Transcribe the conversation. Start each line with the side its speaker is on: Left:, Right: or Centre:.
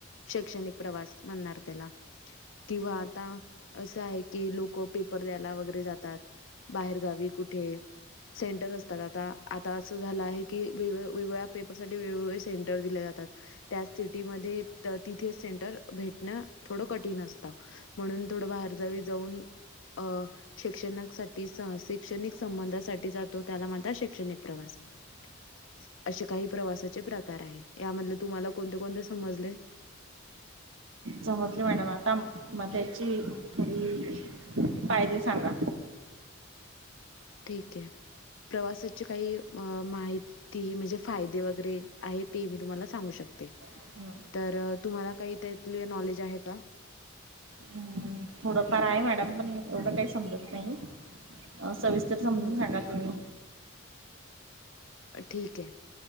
Left: शैक्षणिक प्रवास म्हणणार त्याला किंवा आता असं आहे की लोकं पेपर द्यायला वगैरे जातात... बाहेर गावी कुठे सेंटर असतात आता आता असं झालं आहे की वेगवेगळ्या पेपरसाठी वेगवेगळे सेंटर दिले जातात तात त्या सिटीमध्ये तर तिथे सेंटर भेटणं थोडं कठीण असत म्हणून थोडं बाहेर जावी जाऊन अ शिक्षणासाठी शैक्षणिक संबंधासाठी जातो त्याला म्हणतात शैक्षणिक प्रवास हम् <unintelligible> अशे काही प्रवासाचे प्रकार आहे यामधले तुम्हाला कोणते कोणते समजले <unintelligible>
Right: समजले मॅडम आता म त्याची थोडी फायदे सांगा
Left: ठीकये प्रवासाची काही माहिती म्हणजे फायदे वगैरे आहे ते मी तुम्हाला सांगू शकते ते...
Right: हम्म
Left: तर तुम्हाला काही त्यातले नॉलेज आहे का
Right: हम्म थोडंफार आहे मॅडम पण एवढं काही समजत नाही... अ... सवि स्तर समजून
Left: मग
Right: सांगा तुम्ही
Left: ठीकये